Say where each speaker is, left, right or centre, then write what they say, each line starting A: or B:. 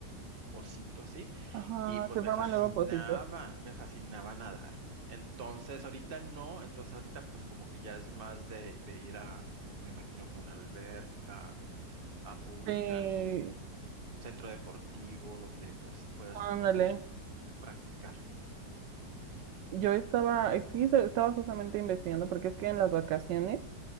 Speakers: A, on the right; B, on the right.
A: pocito así
B: Ajá,
A: y pues
B: se
A: me
B: forman
A: fascinaba,
B: luego pocitos.
A: me fascinaba nadar. Entonces ahorita no, entonces ahorita pues como que ya es más de, de ir a pues me imagino que una alberca, a pública,
B: Sí,
A: algún centro deportivo donde pues puedas
B: ándale.
A: tú practicar.
B: Yo estaba, sí, so- estaba justamente investigando porque es que en las vacaciones